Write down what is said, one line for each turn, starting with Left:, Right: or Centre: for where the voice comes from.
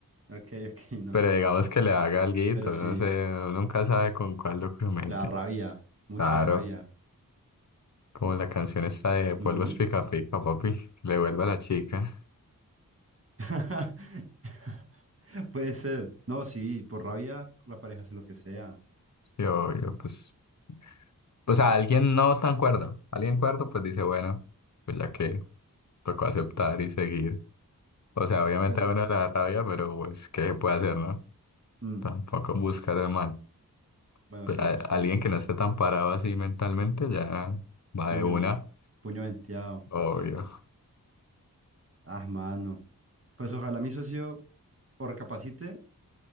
Right: ok, ok, no.
Left: pero digamos que le haga alguito,
Right: Pero sí,
Left: no sé, uno nunca sabe con cuál lo comete.
Right: la rabia, mucha
Left: Claro.
Right: rabia.
Left: Como la canción esta de Polvos
Right: Ujú.
Left: Pica Pica, papi, que le vuelva a la chica.
Right: <laughs> Puede ser. No, sí, por rabia la pareja hace lo que sea.
Left: Yo, yo, pues, o sea, alguien no tan cuerdo, alguien cuerdo, pues dice, bueno, pues ya que tocó aceptar y seguir. O sea, obviamente
Right: Pero,
Left: a uno le da rabia, pero pues, ¿qué se puede hacer, no?
Right: mm,
Left: Tampoco buscar el mal.
Right: bueno,
Left: Pero
Right: sí,
Left: a-
Right: eso
Left: alguien
Right: sí.
Left: que no esté tan parado así mentalmente ya va
Right: Puño,
Left: de una,
Right: puño venteado.
Left: obvio.
Right: Ah, mano. Pues ojalá mi socio o recapacite